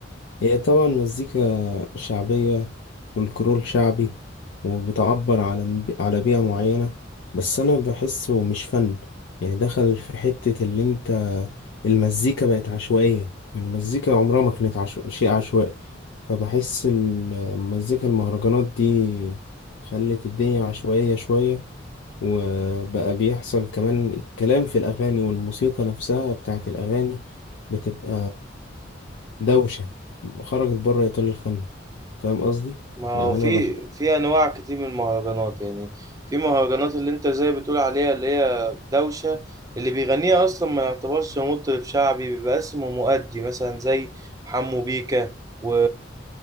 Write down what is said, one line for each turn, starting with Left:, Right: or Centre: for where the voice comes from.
Left: هي طبعا مزيكا شعبيه فولكلور شعبي وبتعبر على على بيئه معينه بس انا بحسه مش فن يعني دخل في حته اللي انت المزيكا بقت عشوائيه المزيكا عمرها ما كانت عشو... شيء عشوائي فبحس المزيكا المهرجانات دي خلت الدنيا عشوائيه شويه وبقى بيحصل كمان الكلام في الأغاني والموسيقى نفسها بتاعت الأغاني بتبقى دوشة خرجت بره إطار الفن فاهم قصدي؟
Right: ما هو
Left: يعني
Right: في
Left: أنا بحب
Right: في انواع كتير من المهرجانات يعني في مهرجانات اللي انت زي بتقول عليها اللي هي دوشه اللي بيغنيها اصلا ما يعتبرش مطرب شعبي بيبقى اسمه مؤدي مثلا زي حمو بيكا و...